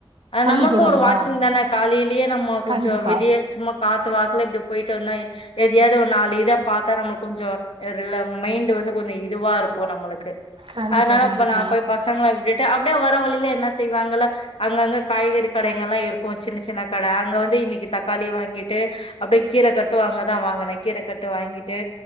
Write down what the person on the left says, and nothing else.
அ
நம்மள்க்கும் ஒரு வாக்கிங் தானே காலையிலேயே நம்ம கொஞ்சோம்
வெளியே சும்மா காத்து வாக்குல இப்பிடி போயிட்டு வந்தா <unintelligible> ஏதோ ஒரு நாலு இதப் பார்த்தா நம்மளுக்கு கொஞ்சோ ரிலாக் மைண்ட் வந்து கொஞ்சோ இதுவா இருக்கும் நம்மளுக்கு கு
அதனால
அப்ப நான் போயி பசங்களை விட்டுட் அப்பிடியே வர வழியில என்ன செய்வாங்கலா அங்கங்க காய்கறி கடைங்கல்லாம் இருக்கும் சின்னச் சின்ன கடை அங்க வந்து இன்னக்கு தக்காளி வாங்கிட்டு அப்பிடியே கீரக் கட்டும் அங்கதான் வாங்கினே கீரக்கட்ட வாங்கிட்டு